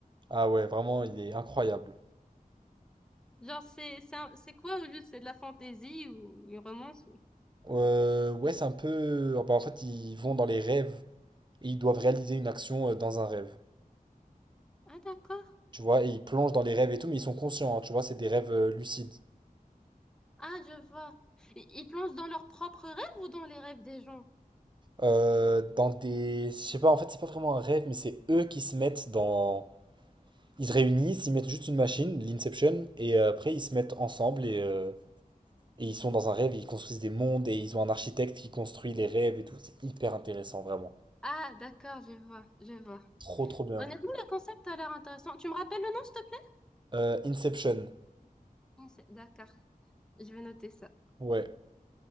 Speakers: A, on the right (about 30°); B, in the centre.
A: Ah ouais, vraiment, il est incroyable.
B: Genre, c'est c'est un- c'est quoi au juste? C'est de la fantaisie ou une romance ou...
A: Euh, ouais, c'est un peu. ah bah, en fait, ils vont dans les rêves et ils doivent réaliser une action euh, dans un rêve.
B: Ah, d'accord.
A: Tu vois, et ils plongent dans les rêves et tout, mais ils sont conscients, hein, tu vois, c'est des rêves euh, lucides.
B: Ah, je vois. I- Ils plongent dans leurs propres rêves ou dans les rêves des gens?
A: Euh, dans des. Je sais pas, en fait, c'est pas vraiment un rêve, mais c'est eux qui se mettent dans. Ils se réunissent, ils mettent juste une machine, l'Inception, et euh, après ils se mettent ensemble et, euh, et ils sont dans un rêve, ils construisent des mondes et ils ont un architecte qui construit les rêves et tout. C'est hyper intéressant, vraiment.
B: Ah, d'accord, je vois, je vois.
A: Trop, trop bien.
B: Honnêtement, le concept a l'air intéressant. Tu me rappelles le nom, s'il te plaît?
A: Euh, Inception,
B: Inse- D'accord, je vais noter ça.
A: ouais.